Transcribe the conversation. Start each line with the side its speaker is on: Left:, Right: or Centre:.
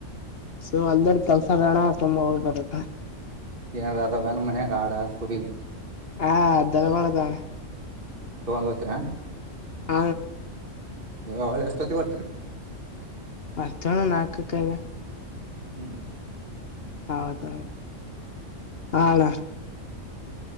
Left: ಸೊ ಅಲ್ದರ್ ಕೆಲ್ಸ ರಣ ತುಂಬಾ ಹೋಗ್ ಬರತ್ತ
Right: ಏನ್ ಅದಾವನ ಮನ್ಯಾಗ ಆಡ ಕುರಿ
Left: ಹಾ ಅದ್ದಲಗಡದೆ
Right: ತೊಂಬಂಬತ್ತರ
Left: ಹ
Right: ಅವಳೆ ಎಷ್ಟೊತಿ ಬರ್ತರಿ
Left: ಬರ್ತಣ ನಾಲ್ಕಕೈವೆ <inaudible>
Right: ಹ್ಮ್ ಹ್ಮ
Left: ಹೌದ ಹಾಳ <inaudible>